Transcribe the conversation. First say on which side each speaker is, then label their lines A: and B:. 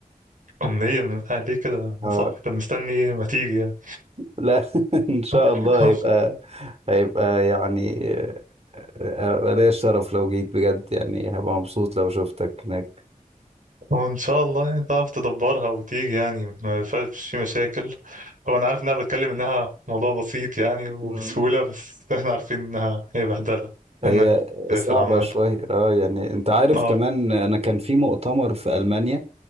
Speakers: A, on the right; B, on the right.
A: أمنية من بتاع ليه كده
B: اه
A: يا صاحبي طب مستني إيه ما تيجي يعني
B: لا <laughs> ان شاء
A: <laughs>
B: الله هيبقى هيبقى يعني آه، آه، ليا الشرف لو جيت بجد يعني هبقى مبسوط لو شفتك هناك
A: هو إن شاء الله يعني تعرف تدبرها وتيجي يعني ما فيهاش في مشاكل هو أنا عارف إنها بتكلم إنها موضوع بسيط يعني وبسهولة
B: مم.
A: بس إحنا عارفين إنها هي بهدلة
B: هي
A: إنك تسافر
B: صعبة
A: عامة
B: شوية اه يعني انت عارف
A: أه
B: كمان انا كان في مؤتمر في المانيا